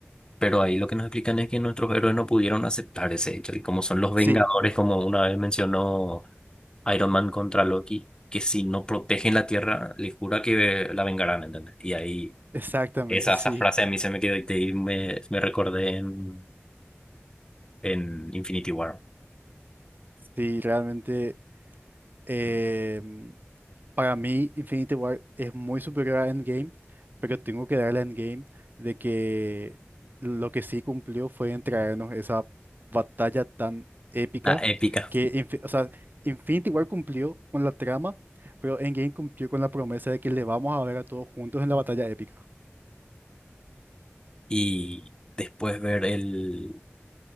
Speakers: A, on the left (about 20°); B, on the right (about 45°).
A: Pero ahí lo que nos explican es que nuestros héroes no pudieron aceptar ese hecho y como son los Vengadores,
B: Sí,
A: como una vez mencionó... Iron Man contra Loki, que si no protegen la Tierra, les jura que la vengarán, ¿entendés? Y ahí
B: exactamente,
A: esa,
B: sí.
A: esa frase a mí se me quedó y te- y me, me recordé en, en Infinity War,
B: Sí, realmente. em, Para mí, Infinity War es muy superior a Endgame, pero tengo que darle a Endgame de que lo que sí cumplió fue entregarnos esa batalla tan épica
A: la épica.
B: que, Infi- o sea, Infinity War cumplió con la trama, pero Endgame cumplió con la promesa de que le vamos a ver a todos juntos en la batalla épica. <laughs>
A: Y después ver el,